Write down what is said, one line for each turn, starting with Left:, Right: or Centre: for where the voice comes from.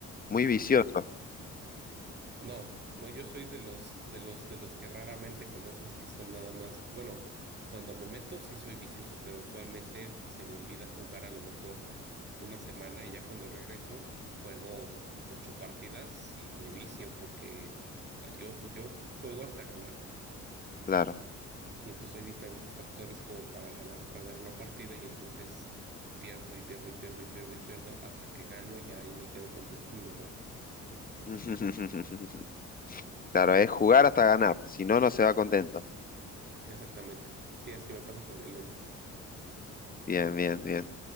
Left: Muy vicioso,
Right: Sí. No, no, yo soy de los, de los, de los que raramente conoces que son nada más, bueno, cuando me meto sí soy vicioso, pero usualmente se me olvida jugar a lo mejor una semana y ya cuando regreso juego ocho partidas y me vicio porque ah, yo, yo juego hasta ganar.
Left: claro.
Right: Y entonces hay diferentes factores como para ganar o perder una partida y entonces pierdo y pierdo y pierdo y pierdo y pierdo hasta que gano y ya ahí me quedo contento y me voy.
Left: <laughs> Claro, es jugar hasta ganar, si no, no se va contento.
Right: Exactamente. Sí, así me pasa con el LOL,
Left: Bien, bien, bien.